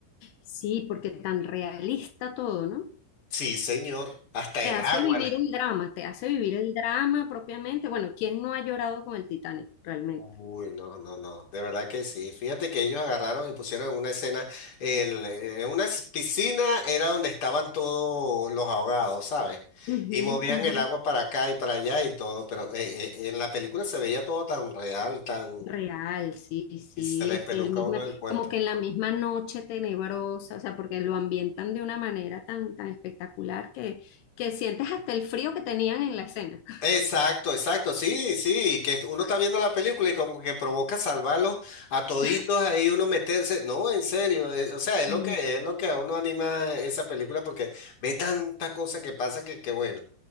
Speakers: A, on the left; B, on the left.
A: Sí, porque tan realista todo, ¿no?
B: Sí, señor, hasta
A: Te
B: el
A: hace
B: agua.
A: vivir el drama, te hace vivir el drama propiamente. Bueno, ¿quién no ha llorado con el Titanic realmente?
B: Uy, no, no, no, de verdad que sí. Fíjate que ellos agarraron y pusieron en una escena, el, eh, en una s- piscina era donde estaban todos los ahogados, ¿sabes?
A: Ujú,
B: Y movían
A: ujú.
B: el agua para acá y para allá y todo, pero eh, eh, en la película se veía todo tan real, tan...
A: Real, sí, sí,
B: y se les
A: este,
B: peluca
A: el misma,
B: a uno el cuerpo.
A: como que en la misma noche tenebrosa, o sea, porque lo ambientan de una manera tan, tan espectacular que, que sientes hasta el frío que tenían en la escena.
B: Exacto, exacto, sí, sí, que uno está viendo la película y como que provoca salvarlos a toditos
A: <laughs>
B: ahí uno meterse, no, en serio, eh, o sea, es lo
A: sí
B: que es lo que a uno anima esa película porque ve tanta cosa que pasa que que bueno.